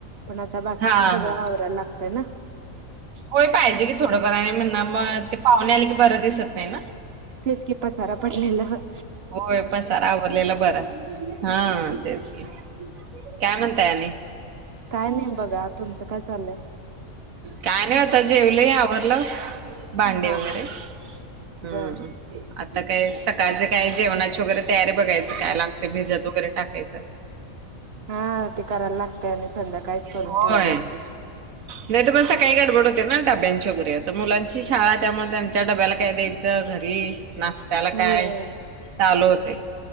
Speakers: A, on the right (about 55°); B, on the right (about 75°).
A: पण आता बाकीच
B: हा
A: सगळं
B: हा
A: आवरायला लागतय ना.
B: होय पाहिजे की थोडं फार आणि म्हणणार म ते पाहुणे आले की बरं दिसत नाय ना.
A: तेच की पसारा पडलेल.
B: होय पसारा आवरलेला बरां हा तेच की. काय म्हणताय आणि?
A: काय नाही बघा तुमचं काय चाललंय
B: काय नाही अता जेवले आवर ल भांडी
A: हा
B: वगैरे.
A: हा
B: हम्म
A: बर
B: आत आता काय सकाळचे काय जेवणाची वगैरे तयारी बघायच काय लागते भिजत वगैरे टाकायचं.
A: हा ते करायला लागते आणि संध्याकाळीच करून
B: होय.
A: ठेवायला लागते
B: नाही तर म सकाळी गडबड होते ना डब्यांची वगैरे आता मुलांची शाळा त्यामुळ त्यांच्या डब्याला काय द्यायचं घरी नाश्त्याला
A: होय
B: काय? चालू होतय,